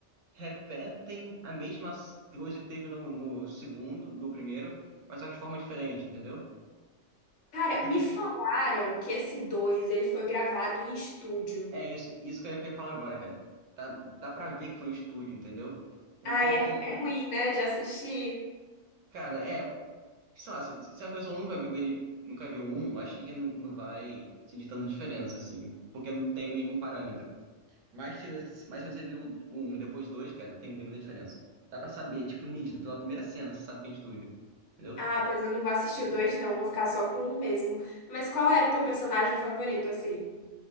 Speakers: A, on the right; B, on the left.
A: repetem a mesma s- coisa que teve no, no segundo, no primeiro, mas só que de forma diferente, entendeu?
B: cara,
A: E também
B: me falaram que esse 2 ele foi gravado em estúdio.
A: é isso, isso que eu queria falar agora, cara. Dá, dá pra ver que foi um estúdio, entendeu? Não
B: Ah,
A: tem
B: é,
A: aquele.
B: ru- é ruim, né? De assistir.
A: Cara, é. sei lá, se, se a pessoa nunca viu ele, nunca viu um, acho que não não vai sentir tanta diferença, assim, porque não tem meio que um parâmetro. Mas se, você- mas se você viu um, depois dois, cara, tem, tem muita diferença. Dá pra saber, tipo, nítido, pela primeira cena, você sabe quem é estúdio, entendeu?
B: Ah, pois eu não vou assistir o 2, não. Vou ficar só com um mesmo. Mas qual era o teu personagem favorito, assim?